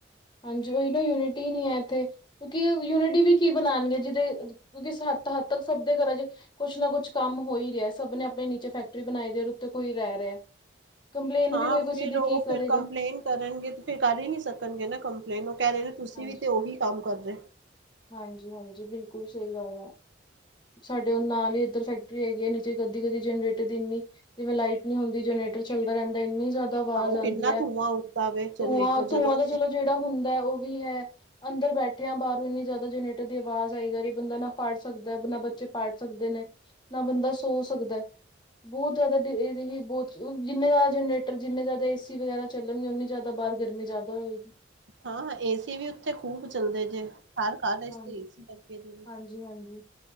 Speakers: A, on the left; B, on the right.
A: ਹਾਂਜੀ ਉਹੀ ਨਾ ਯੂਨਿਟੀ ਨੀ ਹੈ ਇੱਥੇ। ਕਿਉਂਕਿ ਯੂਨਿਟੀ ਵੀ ਕੀ ਬਣਾਉਣਗੇ ਜਿਹਦੇ ਕਿਉਂਕਿ ਹੱਦ ਤੱਕ ਸਭ ਦੇ ਘਰਾਂ ਚ ਕੁਛ ਨਾ ਕੁਛ ਕੰਮ ਹੋ ਹੀ ਰਿਹਾ ਸਭ ਨੇ ਆਪਣੇ ਨੀਚੇ ਫੈਕਟਰੀ ਬਣਾਈ ਦੇ ਉੱਤੇ ਕੋ ਹੀ ਰਹਿ ਰਿਹਾ। ਕੰਪਲੇਨ
B: ਹਾਂ
A: ਵੀ ਕੋਈ
B: ਫਿਰ
A: ਕਿਸੇ ਦੀ
B: ਉਹ
A: ਕੀ ਕਰੇਗਾ।
B: ਫਿਰ ਕੰਪਲੇਂਨ ਕਰਨਗੇ ਤੇ ਫਿਰ ਕਰ ਹੀ ਨਹੀਂ ਸਕਣਗੇ ਨਾ ਕੰਪਲੇਂਨ ਉਹ ਕਹਿ ਰਹੇ ਨੇ ਤੁਸੀਂ
A: ਹਾਂਜੀ
B: ਵੀ ਤੇ ਉਹੀ ਕੰਮ ਕਰ ਰਹੇ।
A: ਹਾਂਜੀ ਹਾਂਜੀ ਬਿਲਕੁਲ ਸਹੀ ਗੱਲ ਹੈ। ਸਾਡੇ ਉਹ ਨਾਲ ਹੀ ਇੱਧਰ ਫੈਕਟਰੀ ਹੈਗੀ ਆ ਨੀਚੇ ਕਦੀ ਕਦੀ ਜਨਰੇਟਰ ਦੀ ਇੰਨੀ। ਜਿਵੇਂ ਲਾਈਟ ਨਹੀਂ ਹੁੰਦੀ ਜਨਰੇਟਰ ਚੱਲਦਾ ਰਹਿੰਦਾ ਇੰਨੀ ਜ਼ਿਆਦਾ। ਆਵਾਜ਼
B: ਹਾਂ ਉਹ
A: ਆਉਂਦੀ
B: ਕਿੰਨਾ
A: ਹੈ
B: ਧੂੰਆਂ ਉੱਡਦਾ ਵੇ
A: ਧੂੰਆਂ
B: ਜਨਰੇਟਰ
A: ਧੂੰਆਂ
B: ਜਦੋਂ
A: ਦਾ ਚਲੋ ਜਿਹੜਾ ਹੁੰਦਾ ਉਹ ਵੀ ਹੈ। ਅੰਦਰ ਬੌਠੇ ਆਂ ਬਾਰੋਂ ਇੰਨੀ ਜਾਦਾ ਜਨਰੇਟਰ ਦੀ ਆਵਾਜ਼ ਆਈ ਜਾਰੀ, ਬੰਦਾ ਨਾ ਪੜ ਸਕਦਾ, ਨਾ ਬੱਚੇ ਪੜ੍ਹ ਸਕਦੇ ਨੇ। ਨਾ ਬੰਦਾ ਸੋ ਸਕਦਾ। ਬਹੁਤ ਜ਼ਿਆਦਾ ਹੀ ਬਹੁਤ ਜਿੰਨੇ ਜ਼ਿਆਦਾ ਜਨਰੇਟਰ ਜਿੰਨੇ ਜ਼ਿਆਦਾ ਏਸੀ ਵਗੈਰਾ। ਚੱਲਣਗੇ ਉਨੀ ਜ਼ਿਆਦਾ ਬਾਹਰ ਗਰਮੀ ਜ਼ਿਆਦਾ ਹੋਏਗੀ।
B: ਹਾਂ ਏਸੀ ਵੀ ਉੱਥੇ ਖੂਬ ਚੱਲਦੇ ਜੇ ਹਰ ਕਰ
A: ਹਾਂ
B: ਤੇ ਏਸੀ।
A: ਹਾਂਜੀ ਹਾਂਜੀ